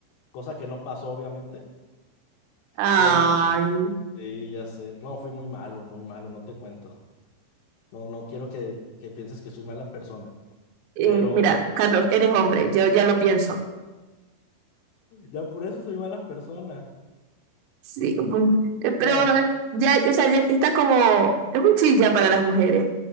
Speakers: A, on the left; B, on the right.
A: cosa que no pasó obviamente,
B: ay.
A: pero sí, ya sé, no, fui muy malo, muy malo, no te cuento. No, no quiero que, que pienses que soy mala persona,
B: Eh,
A: pero
B: mira, Carlos, eres hombre, yo ya lo pienso.
A: ya por eso soy mala persona.
B: Sí, mm, eh, pero
A: No,
B: ya, o sea, ya está como, es un chilla para las mujeres.